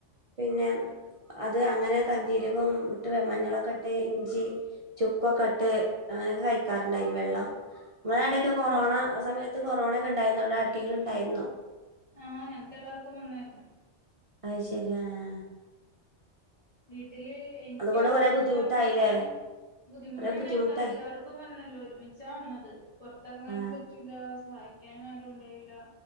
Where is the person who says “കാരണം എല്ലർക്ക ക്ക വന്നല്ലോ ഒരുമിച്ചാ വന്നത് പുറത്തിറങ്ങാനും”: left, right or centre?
Left